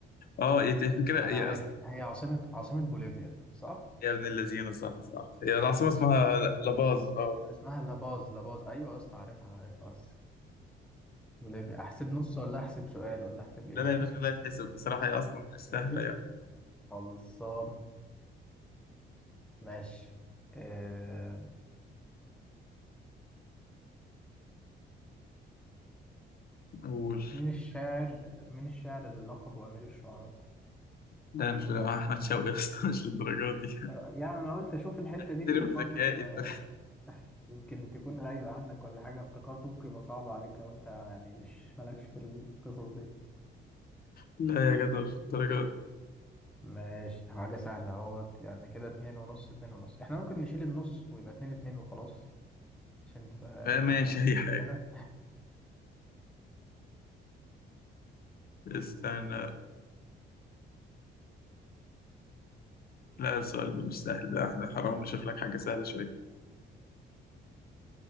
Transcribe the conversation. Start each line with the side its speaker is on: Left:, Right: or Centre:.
Left: اه إيه الفكره
Centre: أنا
Left: هي
Centre: عارف
Left: اصلا
Centre: هي عاصمة عاصمة بوليفيا صح؟
Left: يا ابن الذين صح صح هي العاصمه
Centre: عاصمة
Left: اسمها لاباز اه
Centre: اللي اسمها لاباز لاباز أيوة يا اسطى عارفها عارفها أصلا بوليفيا أحسب نص ولا أحسب سؤال ولا أحسب إيه؟
Left: لا لا يا باشا لا يتحسب بصراحة هي أصلا مش سهلة
Centre: <laughs> أحسب
Left: يعني
Centre: خلصان ماشي آه...
Left: قول
Centre: مين الشاعر مين الشاعر اللي لقبه أمير الشعراء؟
Left: لا مش آه، أحمد شوقي يا اسطى مش للدرجة دي
Centre: آه، يعني أنا قلت أشوف الحتة
Left: <laughs>
Centre: دي
Left: ترم
Centre: فيك برضه
Left: ذكائي
Centre: آه،
Left: ده
Centre: يمكن تكون غايبة عنك ولا حاجة افتكرته ممكن يبقى صعب عليك لو أنت يعني مش مالكش في القصص دي
Left: لا يا جدع مش للدرجة دي
Centre: ماشي حاجة سهلة اهوت يعني كده اتنين ونص اتنين ونص احنا ممكن نشيل النص ويبقى اتنين اتنين وخلاص عشان نبقى يعني
Left: آه،
Centre: نسهلها
Left: ماشي أي حاجة
Centre: هنا
Left: استنى لا السؤال ده مش سهل لا احنا حرام نشوف لك حاجة سهلة شوية